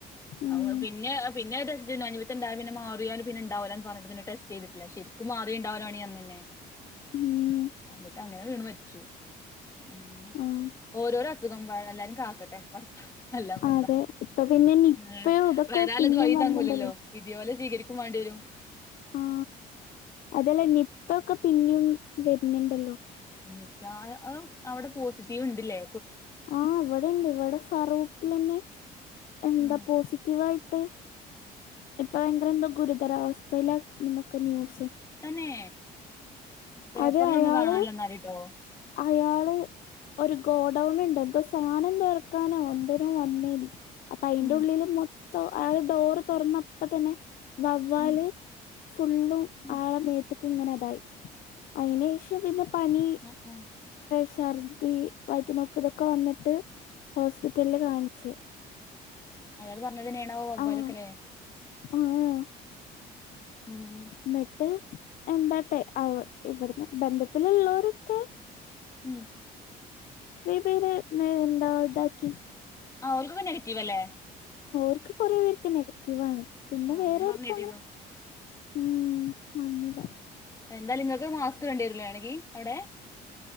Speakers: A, on the left (about 55°); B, on the left (about 20°).
A: ഉം
B: അപ്പൊ പിന്നെ പിന്നെ ടെസ്റ്റ് <unintelligible> ഉണ്ടും പിന്ന മാറിയാൽ പിന്നെ ഉണ്ടാവൂല്ലാന്ന് പറഞ്ഞിട്ട് പിന്നെ ടെസ്റ്റ് ചെയ്ട്ടില്ല ശരിക്കും മാറി ഉണ്ടാവോണ അന്നെ
A: ഉം
B: എന്നിട്ട് അങ്ങനെ വീണ് മരിച്ചു ഉം
A: ആഹ്
B: ഓരോരൊ അസുഖം എമ്പാട് എല്ലാരും കാക്കട്ടെ പടച്ചോൻ അല്ലാപ്പ എന്താ
A: അതെ ഇപ്പ പിന്നെ നിപ്പയും
B: എ
A: ഇതൊക്കെ
B: വരാള്ളത്
A: പിന്നിം
B: വഴീ
A: വന്ന്ണ്ടല്ലോ
B: തങ്ങൂലല്ലോ വിധി പോലെ സ്വീകരിക്കും വേണ്ടി വരും
A: ആ അതല്ലെ നിപ്പ ഒക്കെ പിന്നെയും വരുന്നുണ്ടല്ലോ
B: നിപ്പ അത് അവിടെ പോസിറ്റീവ് ഉണ്ട്ല്ലേ
A: ആ ഇവിടെ ഉണ്ട് ഇവിടെ ഫറൂഖിലന്നെ എന്താ
B: ആഹ്
A: പോസിറ്റീവ് സിറ്റിവായിട്ട് ഇപ്പൊ ഭയങ്കര എന്തോ ഗുരുതരാവസ്ഥയിലാ എന്നൊക്കെ ന്യൂസ്
B: തന്നെ പേപ്പറിലൊന്നും
A: അത് അയാള്
B: കാണാല്ലാ എന്നാൽട്ടോ
A: അയാള് ഒരു ഗോഡൗൺ ഉണ്ട് എന്തോ സാധനം തുറക്കാനോ എന്തോനോ വന്നേന് അപ്പ അതിന്റെ
B: ഉം
A: ഉള്ളിലും മൊ അയാള് ഡോറ് തുറന്ന് അപ്പോ തന്നെ വവ്വാല്
B: ഉം
A: ഫുള്ളും
B: ഉം
A: ആളമേത്തക്ക് ഇങ്ങനെ അതായി അതിന് ശേഷം പിന്നെ പനി
B: ആഹ് ആഹ്
A: ഛർദി വയറ്റ് നോക്ക് ഇതൊക്കെ വന്നിട്ട് ഹോസ്പിറ്റലില് കാണിച്ച്
B: അയാൾ പറഞ്ഞതന്നെയണാവൊ വവ്വാലൊക്കെല്ലേ
A: ആഹ് ആഹ്
B: ഉം
A: എന്നിട്ട് എന്താട്ടെ അവി ഇവിടുന്ന് ബന്ധത്തിലുള്ളവരൊക്കെ
B: ഉം
A: പേര് നെ എന്താ ഇതാക്കി
B: ആ ഓർക്ക് ഒക്കെ നെഗറ്റീവ് അല്ലേ
A: അവർ കുറെ പേർക്ക് നെഗറ്റീവ് ആണ് പിന്നെ
B: ആഹ്
A: വേറെ ആർക്കും
B: പറഞ്ഞ് കേട്ടിരുന്നു
A: അങ്ങനെ ഉം വന്നില
B: എന്തായാലും നിങ്ങൾക്ക് മാസ്ക് വേണ്ടി വരില്ലെ വേണോങ്കി അവിടെ